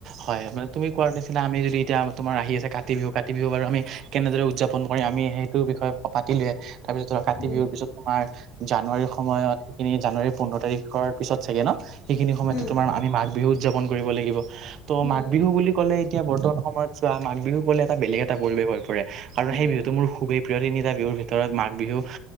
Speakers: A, on the right; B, on the left.
A: হয় মানে তুমি কোৱা দিছিলা আমি যদি এতিয়া তোমাৰ আহি আছে কাতি বিহু কাতি বিহু বাৰু আমি কেনেদৰে উদযাপন কৰিম আমি সেইটো বিষয়ে পাতিলোৱে তাৰপিছত ধৰা কাতি
B: উম,
A: বিহুৰ পিছত তোমাৰ জানুৱাৰীৰ সময়ত সেইখিনি জানুৱাৰীৰ পোন্ধৰ তাৰিখৰ পিছত চাগে ন সেইখিনি সময়তে
B: উম,
A: তোমাৰ আমি মঘ বিহু উদযাপন কৰিব লাগিব ত'
B: উম,
A: মাঘ বিহু বুলি কলে এতিয়া বৰ্তমান সময়ত চোৱা মাঘ বিহু গলে এটা বেলেগ এটা পৰিৱেশ হৈ পৰে আৰু
B: উম,
A: সেই বিহুতটো মোৰ খুবেই প্ৰিয় তিনিটা বিহুৰ ভিতৰত মাঘ বিহু